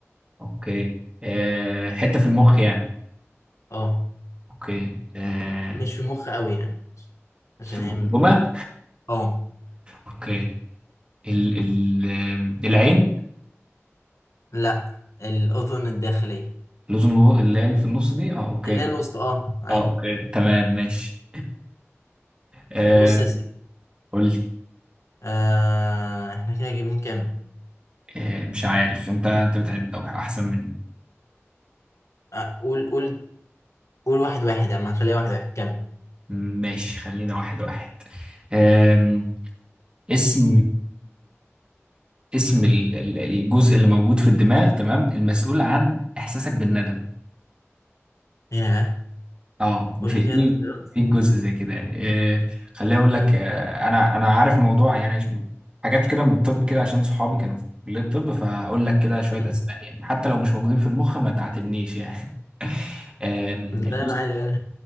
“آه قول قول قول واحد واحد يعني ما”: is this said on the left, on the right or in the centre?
Left